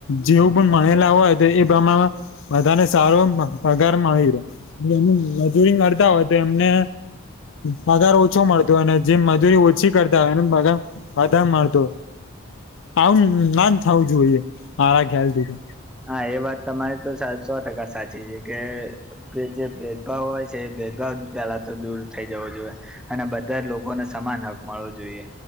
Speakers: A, on the left (about 65°); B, in the centre.
A: જેવું પણ માનેલા હોય તો એ પ્રમાણ માં બધાને સારો પગાર મળી રહે એમ મજૂરી કરતા હોય તો તેમને પગાર ઓછો મળતો હોય અને જે મજૂરી ઓછી કરતા હોય એને પગાર વધારે મળતો આવું ન થવું જોઈએ મારા ખ્યાલ થી તો
B: હા એ વાત તમારી તો સો ટકા સાચી છે કે કે જે ભેદભાવ હોય છે એ ભેદભાવ પેલા તો દૂર થઇ જવો જોઈએ. અને બધા જ લોકોને સમાન હક મળવો જોઈએ.